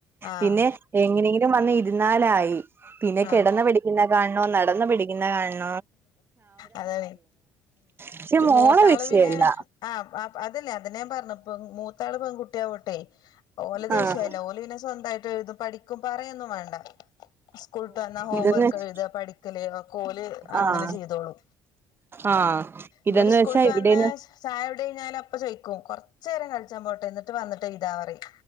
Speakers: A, on the left; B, on the right.
A: ആഹ്
B: പിന്നെ എങ്ങനെങ്കിലും വന്ന ഇരുന്നാലായി പിന്നെ
A: ആഹ്
B: കിടന്ന് പിടിക്കുന്ന കാണണോ നടന്ന് പിടിക്കുന്ന കാണണോ
A: അതാണ്ഉം
B: പക്ഷെ മോളെ
A: മൂത്താള്
B: വിഷയല്ല
A: പിന്നെ ആഹ് അതല്ലേ അതെ ഞാൻ പറഞ്ഞുപ്പ മൂത്താള് പെൺ കുട്ടിയാവട്ടെ ഓലദ്
B: ആഹ്
A: വിശയല്ലേ ഓല പിന്നെ സ്വന്തമായിട്ട് ഴുത പഠിക്കും പറയന്നും വേണ്ട സ്കൂളട്ട് വന്നാ ഹോംവർക്ക്
B: ഇതെന്ന് വെച്ച
A: എഴുത പഠിക്കല ക്കോല് അങ്ങനെ
B: ആഹ്
A: ചെയ്തോളു
B: ആഹ് ഇതെന്ന്
A: ഇവര് സ്കൂളട്ട്
B: വെച്ചാ ഇവിടെന്ന്
A: വന്നെ ചായവിടെ കഴിഞ്ഞാലും അപ്പ ചയ്ക്കും കൊറച്ചു നേരം കളിച്ചാ പോട്ടെ എന്നിട്ട് വന്നിട്ടേഴ്താ പറയു